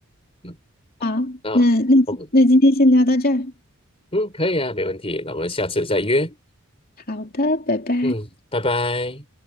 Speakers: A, on the left; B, on the left.
A: 嗯，
B: 好，
A: 那我们。
B: 那那那今天先聊到这儿。
A: 嗯，可以啊，没问题。那我们下次再约。
B: 好的，拜拜。
A: 嗯，拜拜。